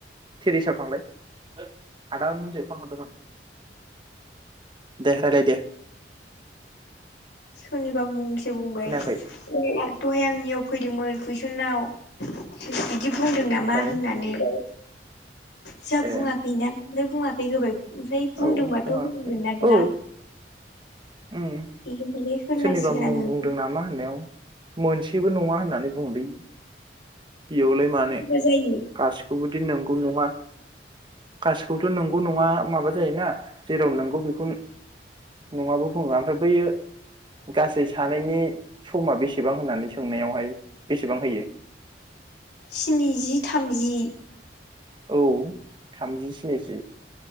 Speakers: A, on the right; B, on the left.
A: थेरिसाव थांलाय सोर आदा अनजय फन हरदोंमोन दे रायलाय दे।
B: सोरनिबा मुंसे बुंबाय
A: खोनायाखै
B: खोनाया दहाय आंनियाव फैदोंमोन कुइसनाव सो बिदि बुंदों नामा
A: ओमफ्राय
B: होननानै ओमफ्राय जा बुङाखैना
A: ए
B: ओमफ्राय बुङाख फै होबायब ओमफ्राय बुंदोंबाथ
A: औ बुङाखै
B: होनांगोन ना दा?
A: औ उम
B: एले मेले होननांसिगोन
A: सोरनिबा मुं
B: आङो
A: बुंदों नामा होननायाव मोनसे जेबो नङा होननानै बुंलै। बेयावलाय मानो
B: बुरजा जायो
A: गासिखौबोदि नोम गौ नङा गासैखौथ नंगौ नङा माबा जायोना जेराव नोंगौ बेखौ नङाबो बुङो ओमफ्राय बैयो गासै सानैनि समा बेसेबां होननानै सोंनायावहाय बेसेबां होयो?
B: स्निजि थामजि।
A: औ थामजि स्निजि